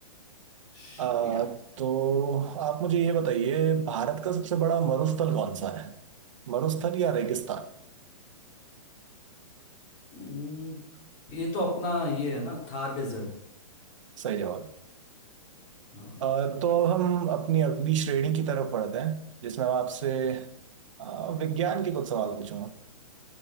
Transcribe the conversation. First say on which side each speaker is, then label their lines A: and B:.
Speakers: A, on the left; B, on the right.
A: शुक्रिया
B: अ, तो आप मुझे ये बताइए भारत का सबसे बड़ा मरुस्थल कौन सा है मरुस्थल या रेगिस्तान
A: हम्म, ये तो अपना ये है ना थार डेजर्ट
B: सही जवाब
A: हाँ
B: अ, तो अब हम अपनी अगली श्रेणी की तरफ बढ़ते हैं जिसमें मैं आपसे अ, विज्ञान के कुछ सवाल पूछूंगा